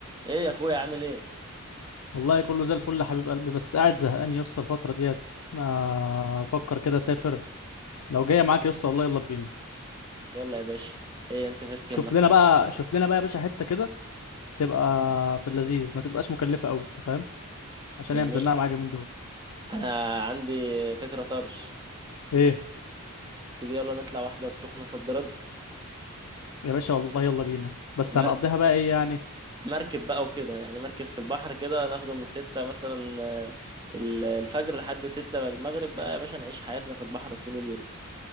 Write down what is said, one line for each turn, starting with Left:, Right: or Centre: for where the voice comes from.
Right: ايه يا اخويا عامل ايه
Left: والله كله زي الفل يا حبيب قلبي بس قاعد زهقان يا اسطى الفترة ديت ما افكر كده اسافر لو جاية معاك يا اسطى والله يلا بينا
Right: يلا يا باشا ايه نسافر فين
Left: شوف
Right: مثلا
Left: لنا بقى شوف لنا بقى يا باشا حتة كده تبقى في اللذيذ ما تبقاش مكلفة قوي انت فاهم عشان
Right: يعني
Left: هي مزنقة معايا اليومين دول
Right: انا عندي فكرة طرش
Left: ايه
Right: تيجي يلا نطلع واحدة السخنة صد رد
Left: يا باشا والله يلا بينا بس
Right: في مر...
Left: هنقضيها بقى ايه يعني
Right: مركب بقى وكده يعني مركب في البحر كده ناخده من ستة مثلا آه، ال- الفجر لحد ستة المغرب بقى يا باشا نعيش حياتنا في البحر طول اليوم